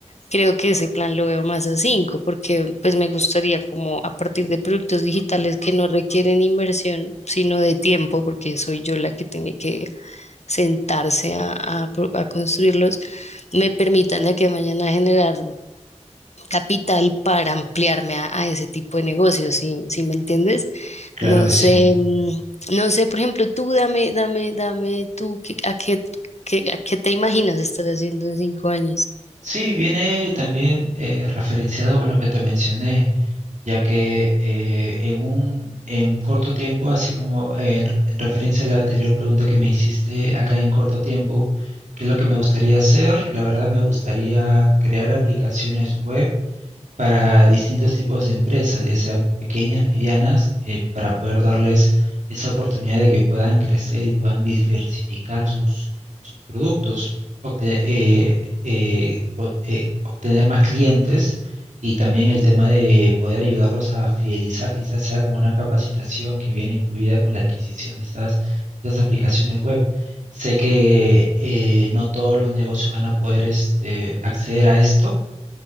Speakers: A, on the left; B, on the right.
A: Creo que ese plan lo veo más a cinco, porque pues me gustaría como a partir de productos digitales que no requieren inversión, sino de tiempo, porque soy yo la que tiene que sentarse a, a pro- a construirlos, me permitan de aquí a mañana generar capital para ampliarme a, a ese tipo de negocios, sí, sí me entiendes.
B: Claro
A: No
B: que
A: sé,
B: sí.
A: mm, no sé, por ejemplo, tú dame, dame, dame, tú, ¿qué- a qué, qué- a qué te imaginas estar haciendo en cinco años?
B: Sí, viene también eh, referenciado con lo que te mencioné ya que eh, en un, en un corto tiempo, así como eh, en, en referencia a la anterior pregunta que me hiciste, acá en corto tiempo, ¿qué es lo que me gustaría hacer? La verdad me gustaría crear aplicaciones web para distintos tipos de empresas, ya sean pequeñas, medianas, eh, para poder darles esa oportunidad de que puedan crecer y puedan diversificar sus, sus productos, obte- eh, eh, o- eh, obtener más clientes y también el tema de poder ayudarlos a fidelizar, quizás sea con una capacitación que viene incluida con la adquisición de estas, estas aplicaciones web. Sé que eh, no todos los negocios van a poder este, acceder a esto